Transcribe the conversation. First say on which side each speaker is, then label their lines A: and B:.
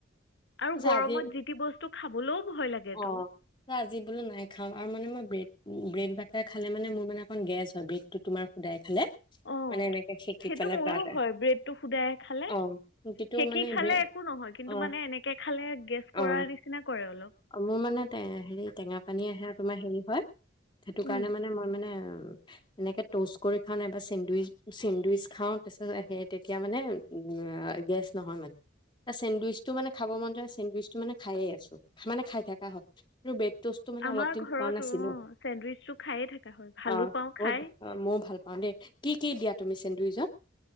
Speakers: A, on the left; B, on the left.
A: আৰু গৰমত
B: আজি,
A: যি টি বস্তু খাবলৈও ভয় লাগেতো
B: অ আজি বোলো নাই খাম আৰু মানে মই ব্ৰেড ব্ৰেড বাটাৰ খালে মানে মোৰ মানে অকণ গেছ হয়, ব্ৰেড টো তোমাৰ শুদাই খালে
A: অ
B: মানে এনেকে শেকি
A: সেইটো
B: পেলাই
A: মোৰো
B: বাট
A: হয় ব্ৰেডটো শুদাই খালে
B: অ ইটো
A: সেকি
B: মানে
A: খালে
B: ব্ৰেড
A: একো নহয় কিন্তু
B: অ
A: মানে এনেকে খালে গেছ কৰাৰ
B: অ
A: নিচিনা কৰে অলপ
B: অ মোৰ মানে হেৰি টেঙা পানী আহে তোমাৰ হেৰি হয়, সেইটো
A: উম
B: কাৰণে মানে মই মানে এ এনেকে টচ কৰি খাওঁ নাইবা চেন্দডুইচ চেন্দডুইচ খাওঁ তাৰপিছত সে তেতিয়া মানে উ গেছ নহয় মানে। চেডুইচটো মানে খাব মন যোৱা চেণ্ডউইচটো মানে খায়ে আছো, মানে খাই থকা হয় ৰু বে টোষ্টটো মানে
A: আমাৰ
B: অলপ দিন
A: ঘৰতো
B: খোৱা নাছিলো।
A: অ চেণ্ডউইচটো খায়ে থকা হয় ভালো
B: অ
A: পাওঁ
B: বহুত
A: খাই
B: ভ মইয়ো ভাল পাওঁ দেই, কি কি দিয়া তুমি চেন্দইজত